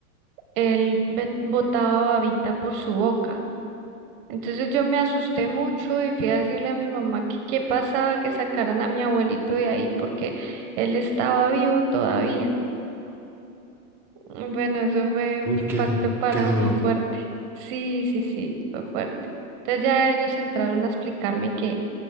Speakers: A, on the right (about 40°); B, in the centre.
A: él be- botaba babita por su boca. Entonces yo me asusté mucho y fui a decirle a mi mamá que qué pasaba, que sacaran a mi abuelito de ahí porque él estaba vivo todavía. Bueno, eso fue
B: Uy,
A: un impacto
B: qué,
A: para
B: qué duro.
A: mí fuerte. Sí, sí, sí, fue fuerte. Entonces ya ellos entraron a explicarme que,